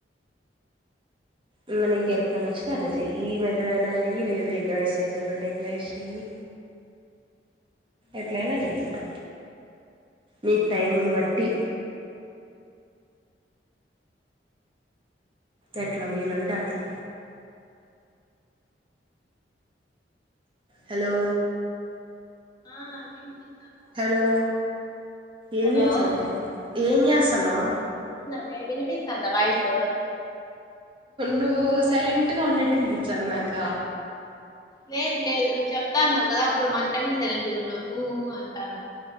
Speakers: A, on the right (about 30°); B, on the left (about 20°).
A: ఇంగ నీకు ఎట్లా నచ్చితే అట్ల చెయ్యి ఈ మెథడ్ అయినా చెయ్యి లేదు ఎగ్రైస్ చేసేటుగుంటే ఎగ్రైస్ చెయ్యి ఎట్లయినా చెయ్యి ఇంక మీకు టైముని బట్టి ఎట్ల వీలుంటే అట్లా హలో
B: ఆ వినిపి
A: హలో ఏం
B: హలో
A: జెస్తున్నావ్ ఏం జెస్తానవ్
B: మే వినిపిస్తాందా వాయిస్
A: నువ్వు సైలెంట్ గా ఉన్నట్టు ఇనిపించ్చంది నాకు
B: లేదు లేదు నువ్వు చెప్తాన్నావు కదా అప్పుడు మాత్రమే సైలెంట్ గున్న ఊ ఉ అంటాన్నా